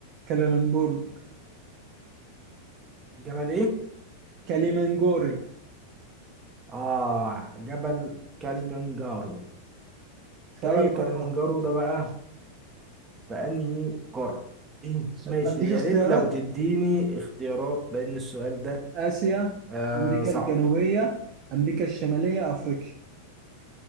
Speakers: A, on the right; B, on the right.
A: كلالمبور
B: جبل ايه
A: كليمنجوري
B: اه جبل كليمنجارو
A: في
B: جبل
A: أي قارة؟
B: كليمنجارو ده بقى في انهي قارة <clears throat> إيه؟ ماشي
A: أديك
B: يا
A: اختيارات
B: ريت لو تديني اختيارات لان السؤال ده
A: آسيا
B: آه
A: أمريكا
B: صعب
A: الجنوبية أمريكا الشمالية أفريقيا